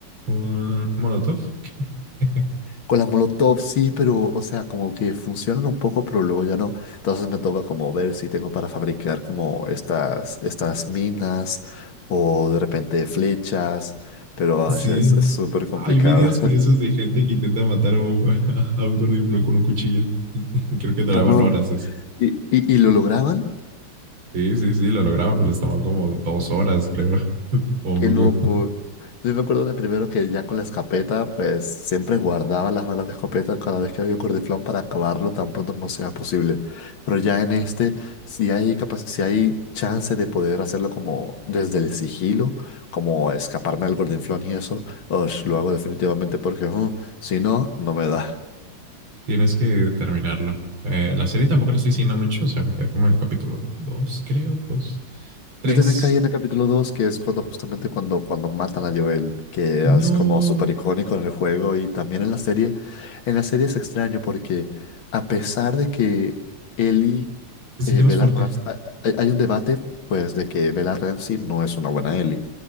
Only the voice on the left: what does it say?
Con las molotov sí, pero, o sea, como que funcionan un poco, pero luego ya no. Entonces me toca como ver si tengo para fabricar como estas, estas minas o de repente flechas, pero
ay, es es súper complicado.
<laughs>
Y, y, y lo lograban,
Qué
loco. Yo me acuerdo de primero que ya con la escopeta, pues siempre guardaba las balas de escopeta cada vez que había un gordiflón para acabarlo tan pronto como sea posible. Pero ya en este, si hay capa- si hay chance de poder hacerlo como desde el sigilo, como escaparme del gordiflón y eso, osh, lo hago definitivamente porque uh, si no, no me da.
Yo también caí en el capítulo 2 que es cuando justamente cuando, cuando matan a Joel, que
es como súper icónico en el juego y también en la serie. En la serie es extraño porque a pesar de que Ellie,
eh,
Bella
Rams- a- hay un debate pues de que Bella Ramsey no es una buena Ellie.